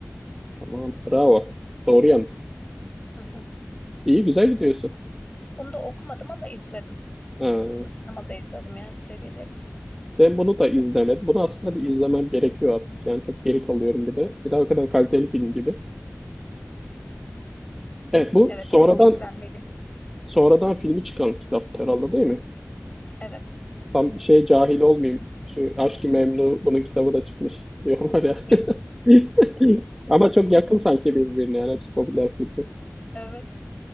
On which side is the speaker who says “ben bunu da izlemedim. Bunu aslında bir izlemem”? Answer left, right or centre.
Centre